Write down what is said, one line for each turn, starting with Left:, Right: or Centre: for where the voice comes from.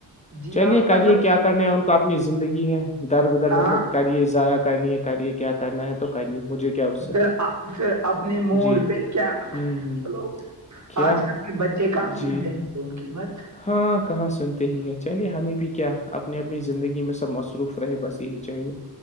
Right: جی
Left: چلیے
Right: ہاں
Left: کریے
Right: مطلب
Left: کیا کرنے ان کو اپنی زندگی ہے در بدر
Right: ہاں
Left: مطلب کرے ضائع کرنی ہے کریے کیا کرنا ہے تو کرے مجھے کیا اس سے
Right: پھر پھر اپنے موڈ
Left: جی
Right: پہ کیا
Left: ہ ہ
Right: چلو
Left: کیا
Right: آج کل کے بچے کہاں
Left: جی
Right: سنتے ہیں تو ان کی مت
Left: ہاں کہاں سنتے ہی ہیں چلیے ہمیں بھی کیا اپنی اپنی زندگی میں سب مصروف رہے بس یہی چاہیے